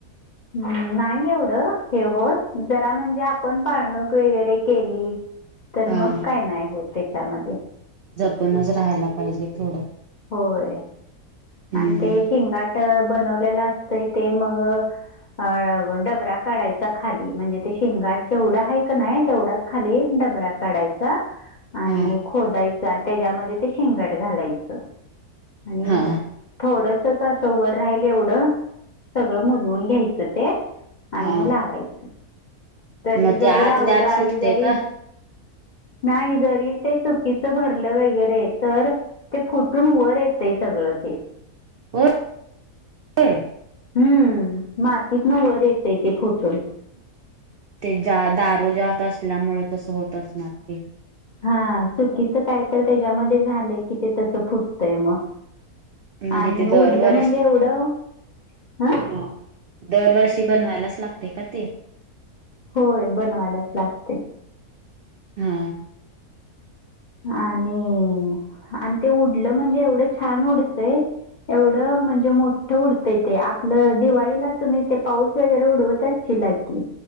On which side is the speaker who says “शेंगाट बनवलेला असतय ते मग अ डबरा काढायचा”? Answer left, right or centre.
Left